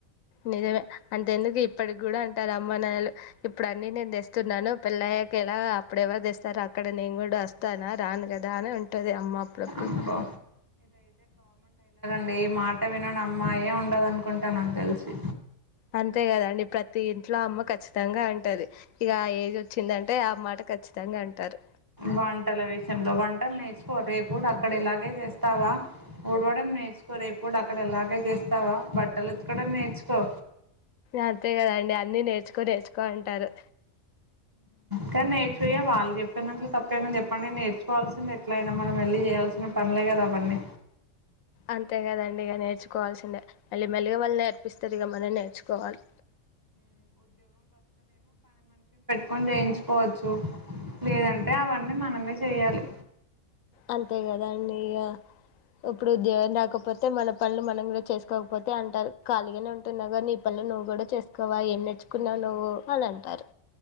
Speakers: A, on the left (about 85°); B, on the right (about 15°).
A: నిజమే అంత ఎందుకు ఇప్పటికి కూడా అంటారు అమ్మా నాలు ఇప్పుడు అన్ని నేను తెస్తున్నాను పెళ్ళయ్యాక ఎలా అప్పుడు ఎవరు తెస్తారో అక్కడ నేను కూడా వస్తానా రాను కదా అని ఉంటుంది అమ్మ అప్పుడప్పుడు
B: అబ్బో అ ఈ మాట వినని అమ్మాయే ఉండదు అనుకుంటా నాకు తెలిసి
A: అంతే కదండి ప్రతి ఇంట్లో అమ్మ ఖచ్చితంగా అంటది ఇక ఆ ఏజ్ వచ్చిందంటే ఆ మాట ఖచ్చితంగా అంటారు
B: వంటల విషయంలో వంటలు నేర్చుకో రేపు పు డబ్ అక్కడ ఇలాగే చేస్తావా ఊడవడం నేర్చుకో రేపు డ అక్కడ అలాగే చేస్తావా బట్టలు ఉతకడం నేర్చుకో
A: అంతే కద అండి అన్నీ నేర్చుకో నేచుకో కా అంటారు
B: కానీ నేర్చుయ వాళ్ళు చెప్పిన దాంట్ లో తప్పేముంది చెప్పండి నేర్చుకోవాల్సింది ఎట్లయినా మనం వెళ్ళి చేయాల్సిన పనులే కదా అవన్నీ
A: అంతే కదండి ఇక నేర్చుకోవాల్సిందే మళ్ళీ మెలిగా వాళ్ళు నేర్పిస్తారు ఇక మనం నేర్చుకోవాలి
B: కొన్ని చేయించుకోవచ్చు లేదంటే అవన్నీ మనమే చేయాలి
A: అంతే కదా అండి ఇగ ఇప్పుడు ఉద్యోగం రాకపోతే మల పనులు మనం కూడా చేసుకోకపోతే అంటరు ఖాళీగానే ఉంటున్నావు కద నీ పనులు నువ్వు కూడా చేసుకో నువ్వా ఏం నేడుచ్చుకున్నావు నువ్వు వాల్ అంటారు